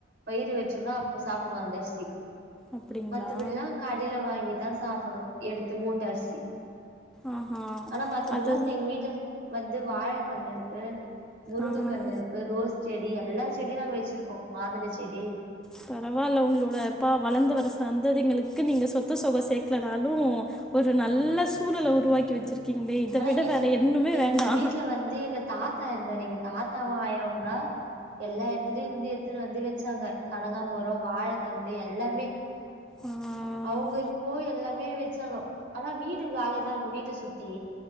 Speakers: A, on the right; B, in the centre.
A: பயிர் வெச்சுனா அப்ப சாப்டுவோ அந்த அரிசி
B: அப்படிங்களா
A: மத்தபடிலா கடில வாங்கி தா சாப்டுறோ எடுத்து மூட்ட அரிசி
B: ஆஹா
A: ஆனா மத்தபடிலா
B: அது
A: எங்க வீட்டு வந்து வாழக்கண்ணு இருக்கு முருங்க
B: ஆ
A: கண்ணு இருக்கு ரோஸ் செடி எல்லா செடியு நாங்க வெச்சிருக்கோ மாதுள செடி
B: பரவால்ல ஒங்களோடப்பா வளந்து வர சந்ததிங்களுக்கு நீங்க சொத்து சொகோ சேக்கலனாலு ஒரு நல்ல சூழநெல உருவாக்கி வெச்சிருக்கீங்களே இத
A: ஆனா
B: விட
A: எங்க
B: வேற எண்ணுமே
A: எங்
B: வேண்டா
A: வீட்ல வந்து எங்கப் தாத்தா இருந்தாரு எங்க தாத்தாவு ஆயாவுந்தா எல்லா எட்த்துலயு இஞ்சி எட்த்து வந்து வெச்சாங்க கனகாமரோ வாழத்தண்டு எல்லாமே
B: ஆ
A: அவுங்க இருக்கவோ எல்லாமே வெச்சாங்கோ ஆனா வீடு காலியா தா இருக்கோ வீட்ட சுத் தி